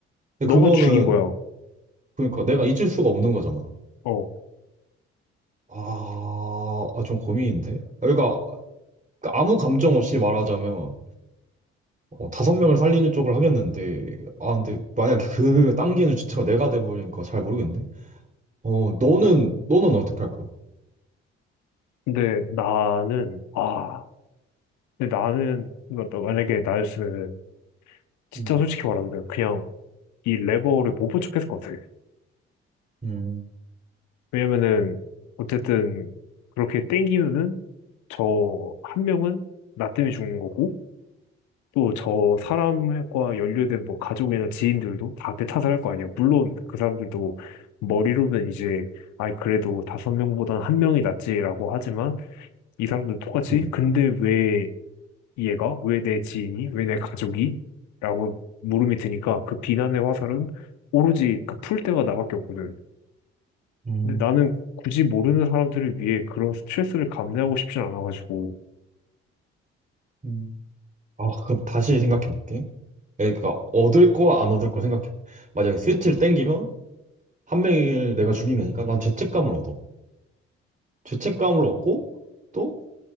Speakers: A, on the right; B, on the left.
A: 근데
B: 너가
A: 그거는
B: 죽인 거야.
A: 그러니까 내가 잊을 수가 없는 거잖아.
B: 어.
A: 아, 아, 좀 고민인데. 그러니까 아무 감정 없이 말하자면 어, 다섯 명을 살리는 쪽을 하겠는데 아 근데 만약 그 당기는 주체가 내가 돼버리니까 잘 모르겠네. 어 너는 너는 어떻게 할 거야?
B: 근데 나는, 아. 근데 나는, 그러니까 만약에 나였으면 진짜
A: 음,
B: 솔직히 말하면 그냥 이 레버를 못 본 척했을 것 같아요.
A: 음,
B: 왜냐면은 어쨌든 그렇게 땡기면은 저 한 명은 나 때문에 죽는 거고 또 저 사람과 연루된 뭐 가족이나 지인들도 다 대타살할 거 아니야. 물론 그 사람들도 머리로는 이제 아이 그래도 다섯 명보단 한 명이 낫지라고 하지만 이 사람들 똑같이
A: 음,
B: 근데 왜 얘가? 왜 내 지인이? 왜 내 가족이? 라고 물음이 드니까 그 비난의 화살은 오로지 그 풀 때가 나밖에 없거든.
A: 음,
B: 근데 나는 굳이 모르는 사람들을 위해 그런 스트레스를 감내하고 싶진 않아가지고.
A: 음. 아, 그럼 다시 생각해 볼게. 그러니까 얻을 거와 안 얻을 거 생각해. 만약에 스위치를 땡기면 한 명을 내가 죽인 게 아니니까 난 죄책감을 얻어. 죄책감을 얻고 또